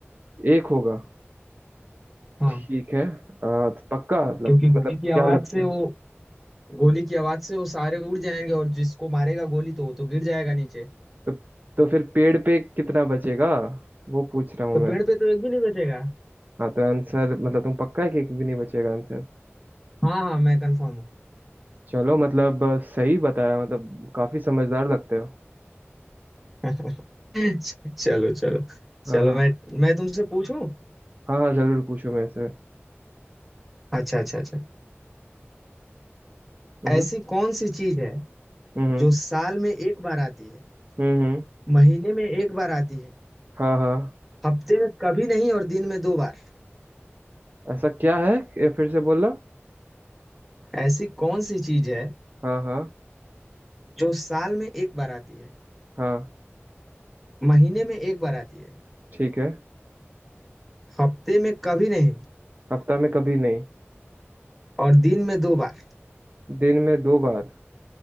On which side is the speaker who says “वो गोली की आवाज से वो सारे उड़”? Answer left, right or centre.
Centre